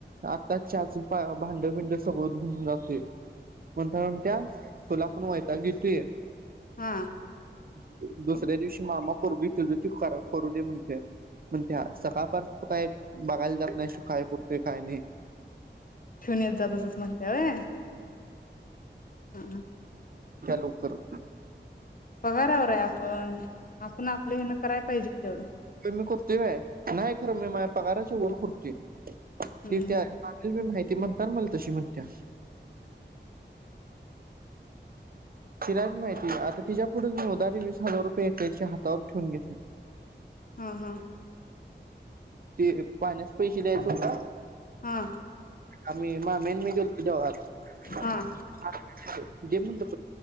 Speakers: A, on the right (about 50°); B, on the left (about 50°).
A: आता चहाच पा भांड बिंड सगळं धून जातोय, म्हणताना म्हणत्या तुला पण वैताग येतुय.
B: हा.
A: दु दु दुसऱ्या दिवशी मामा करु दे, त्यज त्यो कार करू दे म्हणत्या, म्हणत्या सकाळपास तू काय बघायल जात नाहीस त्यो काय कर ते काय न्हई.
B: ठेवून येत जा तसच म्हणतीया होय हा
A: लोकर
B: पगारावर आहे आपण आपण आपले हेन करायला पाहिजे तेवढं
A: आम्ही करतोय होय. नाही खरं मी माय पगारच वर करुतेय <unintelligible>
B: हम्म
A: ति त्या माममीला माहिती म्हण तर मल तशी म्हणत्या शिरा बी मी माहितीये आता तिच्या पुढच मी उधारी वीस हजार रुपये एकीच्या हातावर ठेवून घेतले.
B: हा-हा
A: ते पाहण्यास पैसे द्यायच होता.
B: हा हा
A: आम्ही मामी मी गेलतो ते बगा <unintelligible>
B: हा
A: जे <unintelligible>